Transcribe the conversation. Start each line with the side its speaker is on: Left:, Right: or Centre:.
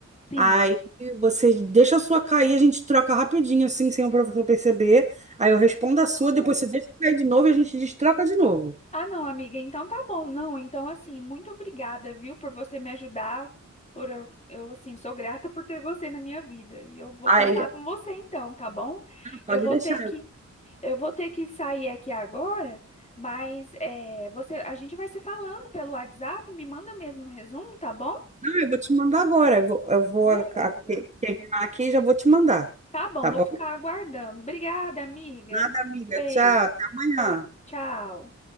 Left: sim.
Right: Aí você deixa a sua cair, a gente troca rapidinho, assim, sem o professor perceber. Aí eu respondo a sua,
Left: Tá
Right: depois
Left: bom.
Right: você deixa cair de novo e a gente destroca de novo.
Left: Ah, não, amiga, então tá bom. Não, então assim, muito obrigada, viu, por você me ajudar. Por eu, eu, assim, sou grata por ter você na minha vida. E eu vou
Right: Aí,
Left: contar
Right: "Ah,
Left: com você então, tá bom?
Right: pode
Left: Eu vou
Right: deixar.
Left: ter que,
Right: Eu,
Left: eu vou ter que sair aqui agora, mas é, você, a gente vai se falando pelo WhatsApp, me manda mesmo um resumo, tá bom?
Right: não, eu vou te mandar agora. Eu vou, eu vou
Left: Beleza.
Right: a- a- terminar aqui e já vou te mandar.
Left: Tá bom,
Right: Tá
Left: vou
Right: bom?
Left: ficar aguardando. Obrigada, amiga.
Right: Nada, amiga.
Left: Beijo.
Right: Tchau. Até amanhã.
Left: Tá- Tchau.